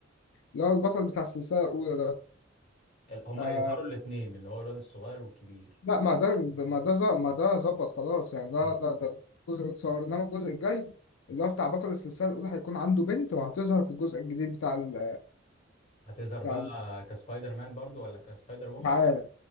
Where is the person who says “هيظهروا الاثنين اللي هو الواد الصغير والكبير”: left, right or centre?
Left